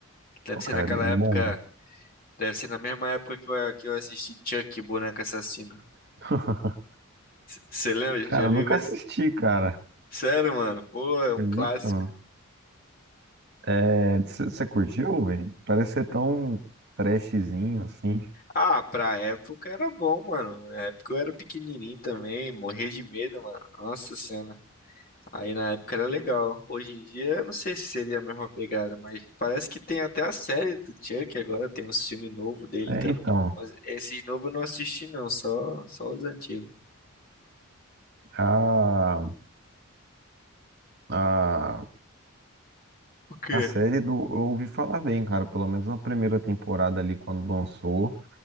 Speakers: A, on the left; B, on the right.
A: Deve
B: pô, cara,
A: ser naquela
B: é bem
A: época,
B: bom. né?
A: deve ser na mesma época que eu, que eu assisti Chuck, Boneco Assassino.
B: <laughs>
A: Você lembra?
B: Cara,
A: Já viu
B: eu nunca
A: isso?
B: assisti, cara.
A: Sério, mano? Pô, é um
B: Acredito,
A: clássico.
B: mano. É, você curtiu, velho? Parece ser tão trashzinho assim.
A: Ah, pra época era bom, mano. Na época eu era pequenininho também, morria de medo, mano. Nossa senhora. Aí na época era legal. Hoje em dia eu não sei se seria a mesma pegada, mas parece que tem até a série do Chuck agora, tem um filme novo dele
B: É,
A: também.
B: então,
A: Mas esse novo eu não assisti não, só só os antigos.
B: a, a,
A: Que?
B: a série do. Eu ouvi falar bem, cara. Pelo menos na primeira temporada ali, quando lançou,